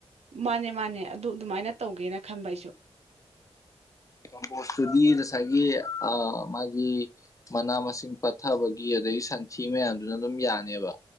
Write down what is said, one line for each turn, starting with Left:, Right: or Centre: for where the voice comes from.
Right: ꯃꯥꯅꯦ ꯃꯥꯅꯦ ꯑꯗꯨ ꯑꯗꯨꯃꯥꯏꯅ ꯇꯧꯒꯦꯅ ꯈꯟꯕ ꯑꯩꯁꯨ꯫
Left: ꯀꯝꯄꯣꯁꯇꯨꯗꯤ ꯉꯁꯥꯏꯒꯤ ꯑ ꯃꯥꯒꯤ ꯃꯅꯥ ꯃꯁꯤꯡ ꯄꯠꯊꯕꯒꯤ ꯑꯗꯒꯤ ꯁꯟꯊꯤ ꯃꯌꯥꯝꯗꯨꯅ ꯑꯗꯨꯝ ꯌꯥꯅꯦꯕ